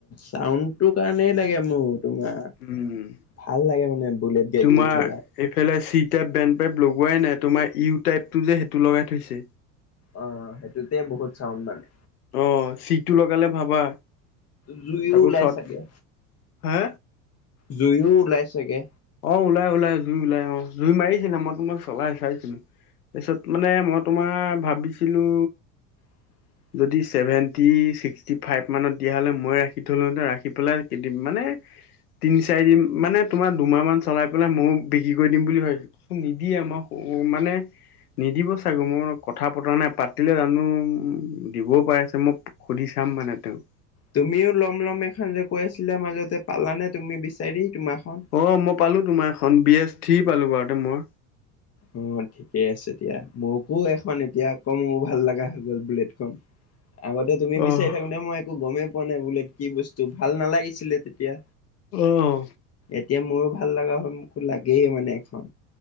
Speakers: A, on the left (about 35°); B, on the left (about 85°).
A: চাউণ্ডটো কাৰণেই লাগে মোৰ তোমাৰ।
B: উম
A: ভাল লাগে মানে বুলেট গাড়ীখন
B: তোমাৰ
A: চলাই।
B: এইফালে চি টাইপ, বেণ্ড টাইপ লগোৱাই নাই, তোমাৰ ইউ টাইপটো যে সেইটো লগাই থৈছে।
A: অ, সেইটোতে বহুত চাউড মানে।
B: অ, সিটো লগালে ভাবা
A: জুইও
B: তাকো
A: ওলাই
B: চৰ্ট
A: চাগে।
B: হা?
A: জুইও ওলাই চগে।
B: অ ওলাই ওলাই জুই ওলাই অ জুই মাৰিছিলে মই তোমাক মই চলাই চাইছিলো। তাৰপিছত মানে মই তোমাৰ ভাবিছিলো
A: উ <inaudible> <unintelligible>
B: যদি চেভেটি্ চিষ্টি ফাইভ মানত দিয়া হলে মই ৰাখি থলো হেঁতেন, ৰাখি পেলাই কেইদিন মানে তিনি চাৰিদিন মানে তোমাৰ দুমাহ মান চলাই পেলাই ময়ো বিক্ৰী কৰি দিম বুলি ভাবছিলো, নিদিয়ে মই মানে নিদিব চাগো মই কথা পতা নাই পাতিলে জানো দিবও পাই আছে মই সুধি চাম মানে তেওঁক
A: তুমিও ল'ম-ল'ম এখন যে কৈ আছিলা মাজতে, পালানে তুমি বিচাৰি তোমাৰখন?
B: অ, মই পালোঁ তোমাৰ এখন, বি এছ থ্ৰী পালোঁ এবাৰতে মই।
A: অ, ঠিকেই আছে এতিয়া, মোকো এখন এতিয়া আকৌ মোৰ, ভাল লগা হৈ গ'ল বুলেটখন। আগতে তুমি
B: অহ
A: বিচাৰি থাকোতে, মই একো গমেই পোৱা নাই বুলেট কি বস্তু, ভাল নালাগে নালাগিছিলে তেতিয়া,
B: অহ
A: এতিয়া মোৰো ভাল লগা হ'ল, মোকো লাগেই মানে এখন।